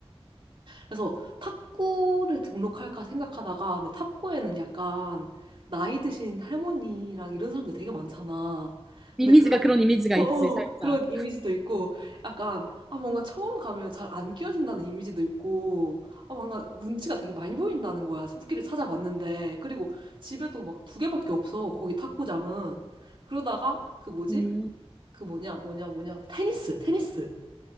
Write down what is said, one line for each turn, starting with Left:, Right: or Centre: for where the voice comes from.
Right: 그래서 탁구를 등록할까 생각하다가 근데 탁구에는 약간 나이 드신 할머니랑 이런 사람들 되게 많잖아.
Centre: 이미지가
Right: 근데 그런
Centre: 그런 이미지가
Right: 어,
Centre: 있지,
Right: 어,
Centre: 살짝.
Right: 그런 이미지도 있고 약간 아 뭔가 처음 가면 잘 안 끼워준다는 이미지도 있고 아 뭔가 눈치가 되게 많이 보인다는 거야. 후기를 찾아봤는데 그리고 집에도 막 두 개밖에 없어. 거기 탁구장은 그러다가 그 뭐지?
Centre: 음,
Right: 그 뭐냐 뭐냐 뭐냐 테니스 테니스